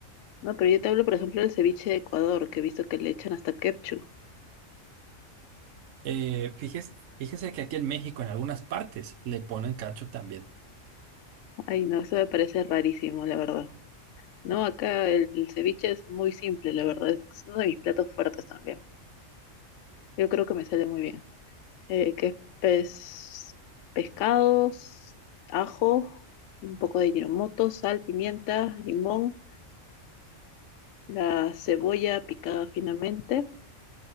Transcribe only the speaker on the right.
Eh, fíjese, fíjese que aquí en México en algunas partes le ponen cacho también.